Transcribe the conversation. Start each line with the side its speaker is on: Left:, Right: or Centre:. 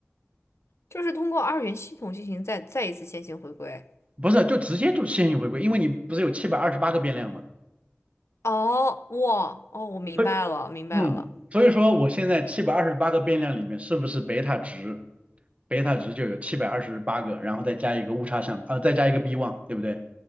Left: 就是通过二元系统进行再再一次线性回归。
Right: 不是，就直接就线性回归，因为你不是有七百二十八个变量嘛？
Left: 哦，哇，哦，我明白了，
Right: 所以
Left: 明白了，
Right: 嗯，所以说我现在七百二十八个变量里面是不是贝塔值，贝塔值就有七百二十八个，然后再加一个误差项，呃，再加一个 b one，对不对？